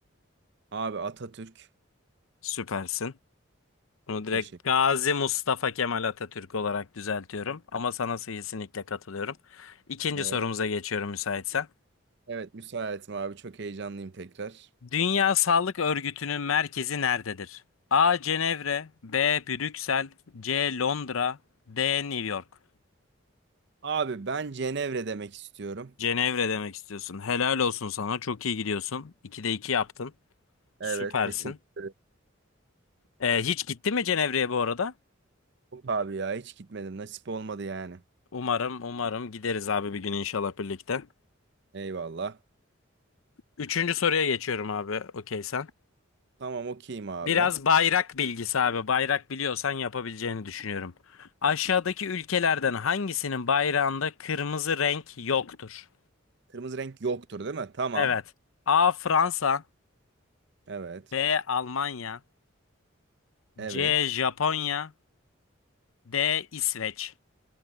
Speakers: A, on the right; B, on the left.
A: Abi Atatürk.
B: Süpersin. Bunu direkt
A: Teşekkür
B: Gazi Mustafa Kemal Atatürk olarak düzeltiyorum. Ama sana kesinlikle katılıyorum. İkinci
A: Evet.
B: sorumuza geçiyorum müsaitsen.
A: Evet müsaitim abi çok heyecanlıyım tekrar.
B: Dünya Sağlık Örgütü'nün merkezi nerededir? A. Cenevre B. Brüksel C. Londra D. New York
A: Abi ben Cenevre demek istiyorum.
B: Cenevre demek istiyorsun. Helal olsun sana. Çok iyi gidiyorsun. 2'de 2 yaptın.
A: Evet
B: Süpersin.
A: teşekkür ederim.
B: Ee, hiç gitti mi Cenevre'ye bu arada?
A: Yok abi ya hiç gitmedim. Nasip olmadı yani.
B: Umarım, umarım gideriz abi bir gün inşallah birlikte.
A: Eyvallah.
B: Üçüncü soruya geçiyorum abi. Okey sen.
A: Tamam okeyim abi.
B: Biraz bayrak bilgisi abi. Bayrak biliyorsan yapabileceğini düşünüyorum. Aşağıdaki ülkelerden hangisinin bayrağında kırmızı renk yoktur?
A: Kırmızı renk yoktur değil mi? Tamam.
B: Evet. A. Fransa
A: Evet.
B: B. Almanya
A: Evet.
B: C. Japonya D. İsveç